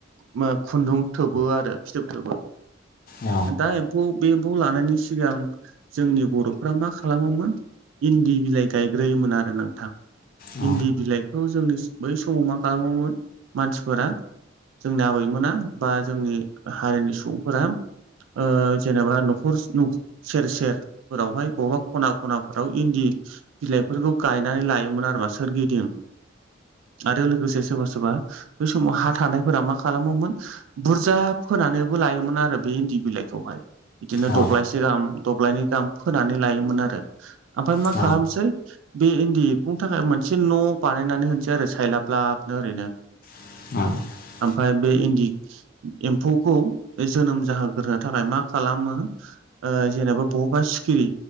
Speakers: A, on the right; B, on the left.
A: म खुन्दुं थोबो आरो फिथोब थोबो
B: औ
A: दा एम्फौ बे खौ लानायनि सिगां जोंनि बरफ्रा मा खालामोमोन इन्दि बिलाइ गायग्रोयोमोन आरो नोंथां।
B: औ
A: इन्दि बिलाइखौ जोंनि बै समाव मा खालामोमोन मानसिफोरा जोंनि आबैमोना बा जोंनि हारिनि सुबुंफोरा ओ जेनेबा न खरस नख सेर सेर फोरावहाय बबेबा खना खनाफोरावहाय इन्दि बिलाइफोरखौ गायनानै लायोमोन आरोमा सोरगिदिं। आरो लोगोसे सोरबा सोरबा बै समाव हा थानायफोरा मा खालामोमोन बुरजा फोनानैबो लायोमोन आरो बे इन्दि बिलाइखौहाय बिदिनो
B: औ
A: दब्लायस
B: नोंथां
A: दि गाम दब्लायनि गाहाम फोनानै लायोमोन आरो ओमफ्रय मा
B: औ
A: खालामनोसै बे इन्दि एमफुनि थाखाय मोनसे न बानायनानै होनोसै आरो सायलाब लाबनो ओरैनो
B: <unintelligible>
A: ओमफायय बे इन्दि एम्फौखौ जोनोम जाहोग्रोनो थाखाय मा खालामो ओ जेनेबा बबावबा सिखिरि